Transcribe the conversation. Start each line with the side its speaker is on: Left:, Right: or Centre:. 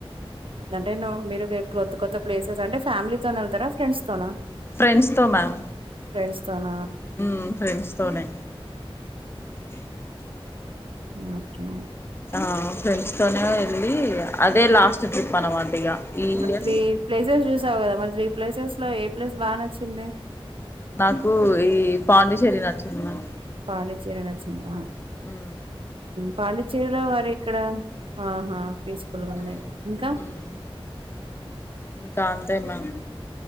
Right: అంటే మీరు కొత్త కొత్త ప్లేసెస్ అంటే ఫ్యామిలీతోనే వెళ్తారా ఫ్రెండ్స్ తోన
Left: ఫ్రెండ్స్ తో మ్యామ్
Right: ఫ్రెండ్స్ తోన
Left: మ్మ్ ఫ్రెండ్స్ తోనే <inaudible>
Right: ఓకే
Left: ఆ ఫ్రెండ్స్ తోనే వెళ్ళి అదే లాస్ట్ ట్రిప్ అనమాట ఇగ ఈ ఇయర్
Right: తీ ప్లేసెస్ చు త్రీ ప్లేసెస్ లో ఏ ప్లేస్ బాగ నచ్చింది
Left: నాకు ఈ పాండిచ్చేరి నచ్చింది మ్యమ్
Right: పాండిచరి నచ్చింద
Left: ఉ
Right: పాండిచ్చేరిలో వారి ఇక్కడ ఆహా పీస్ ఫుల్ల్గ ఉంది
Left: మ్మ్
Right: ఇంకా
Left: మ్మ్ ఇంకా అంతే మ్యామ్